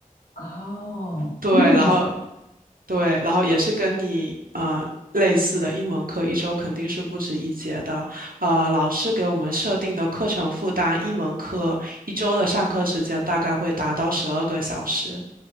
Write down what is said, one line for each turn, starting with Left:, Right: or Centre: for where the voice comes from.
Left: 哦，
Right: 对，
Left: 那个时
Right: 然后对，然后也是跟你呃类似的，英文课一周肯定是不止一节的。呃，老师给我们设定的课程负担，英文课一周的上课时间大概会达到十二个小时，